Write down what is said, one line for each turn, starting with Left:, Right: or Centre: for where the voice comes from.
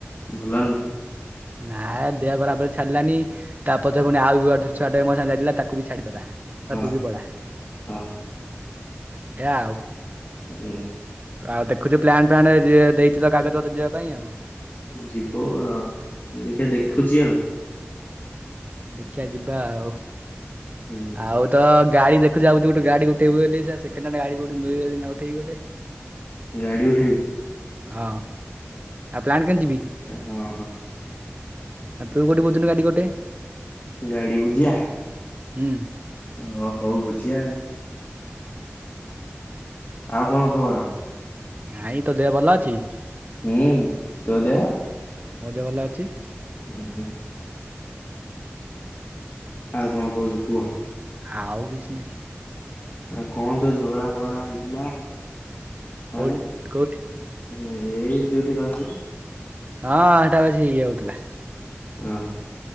Left: ଭଲନୁ।
Right: ନା ଦେହ ଖରାପରେ ଛାଡିଲାନି ତାପଛରେ ପୁଣି ଆଉ ଗେଟେ ଛୁଆ ଟେ ମୋ ସାଙ୍ଗେରେ ଯାଇଥିଲା ତାକୁ ବି ଛାଡ଼ିଦେଲା। କଲା
Left: ହଁ
Right: ତୁ ବି ପଳା
Left: ହଁ
Right: ଏଆ ଆଉ‌‌।
Left: ଉଁ
Right: ଆଉ ଦେଖୁଚୁ ପ୍ଲାଣ୍ଟ ଫ୍ଲାଣ୍ଟ ଯିଏ ଦେଇଚି ତ କାଗଜ ପତ ଯିବା ପାଇଁ ଆଉ।
Left: ଯିବୁ ଆଉ ମୁ ଦେଖିଆ ଦେଖୁଚି ଆଉ।
Right: ଦେଖିଆ ଯିବା ଆଉ‌।
Left: ହୁଁ।
Right: ଆଉ ତ ଗାଡି ଦେଖୁଚି ଭାଉଚି ଗୋଟେ ଗାଡି ଉଠେଇବି ବୋଲି ସ ସେସେଣ୍ଡ ହ୍ୟାଣ୍ଡ ଗାଡି କୋଉଠି ମିଳିଲେ ସିନା ଉଠେଇବି ଗୋଟେ।
Left: ଗାଡି ଉଠେଇବୁ?
Right: ହଁ। ଆଉ ପ୍ଲାଣ୍ଟ କେମିତି ଯିବି‌?
Left: ହଁ ହଁ
Right: ଆ ତୁ କୋଉଠି ବୁଝୁନୁ ଗାଡି ଗୋଟେ।
Left: ଗାଡି ବୁଝିଆ
Right: ହୁଁ।
Left: ଓ ହଉ ବୁଝିଆ ଉ। ଆଉ କଣ ଖବର?
Right: ନାଇଁ ତୋ ଦେହ ଭଲ ଅଛି?
Left: ହୁଁ। ତୋ ଦେହ‌?
Right: ମୋ ଦେହ ଭଲ ଅଛି।
Left: ଉଁ ହୁଁ। ଆଉ କଣ କହୁଛୁ କୁହ।
Right: ଆଉ କିଛି ନାହିଁ।
Left: ଆ କଣ ତୋ ଝଗଡା ଫଗଡା ହେଇଥିଲା
Right: କୋଉଠି
Left: ହାଡ଼େ?
Right: କୋଉଠି
Left: ଏଇ ଯୋଉଠି ରହିଚି
Right: ହଁ ହଟା ହୋଉଚି ଇଏ ହଉଥିଲା।
Left: ହଁ